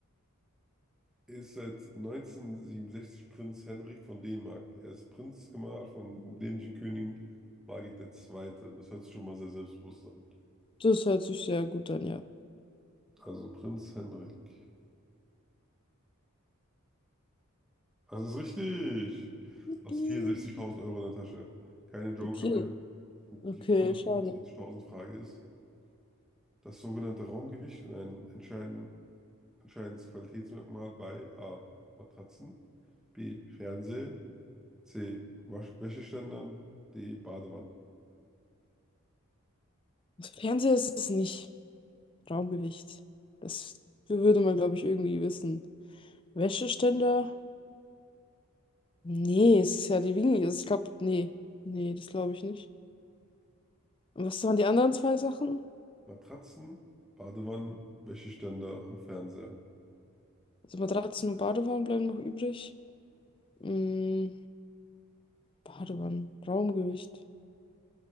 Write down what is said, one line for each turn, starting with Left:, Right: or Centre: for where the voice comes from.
Centre: Er ist seit 1967 Prinz Henrik von Dänemark. Er ist Prinzgemahl von dänischen Königin Margit der Zweite. Das hört sich schon mal sehr selbstbewusst an.
Left: Das hört sich sehr gut an, ja.
Centre: Also Prinz Henrik. Das ist richtig. Du hast
Left: Piep.
Centre: 64.000 Euro in der Tasche. Keine Joker
Left: Okay.
Centre: mehr. Und
Left: Okay,
Centre: die 125.000
Left: schade.
Centre: Frage ist, das sogenannte Raumgewicht in einem entscheiden, entscheidendes Qualitätsmerkmal bei A. Matratzen, B. Fernsehen, C. Wasch Wäscheständern. D. Badewannen.
Left: Fernseher ist es nicht. Raumgewicht. Das würde man, glaube ich, irgendwie wissen. Wäscheständer? Nee, es ist ja die Wiege. Also ich glaube, nee. Nee, das glaube ich nicht. Und was waren die anderen zwei Sachen?
Centre: Matratzen, Badewannen, Wäscheständer und Fernseher.
Left: Also Matratzen und Badewannen bleiben noch übrig. Mm, Badewannen, Raumgewicht.